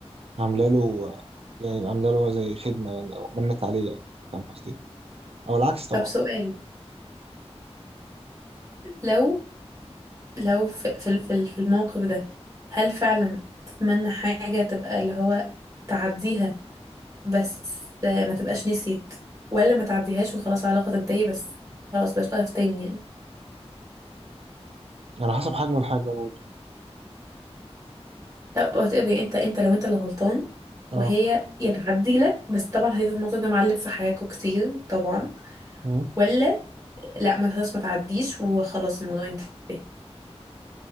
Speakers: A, on the right (about 65°); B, on the right (about 30°).
A: عامله له يعني عامله له زي خدمه يعني او منت عليه يعني فاهم قصدي او العكس طبعا
B: طب سؤال لو لو في في ال- في ال- في الموقف ده هل فعلا تتمنى حاجة تبقى اللي هو تعديها بس آه، ما تبقاش نسيت ولا ما تعديهاش وخلاص العلاقة تنتهي بس خلاص بلاش واقف تاني يعني
A: يعني على حسب حجم الحاجه برضه
B: لا وات ايفر انت انت لو انت اللي غلطان
A: اه
B: وهي يا تعدي لك بس طبعا هيفضل الموضوع ده معلم في حياتكوا كتير طبعا
A: مم.
B: ولا لا ما خلاص ما تعديش وخلاص الموضوع انتهى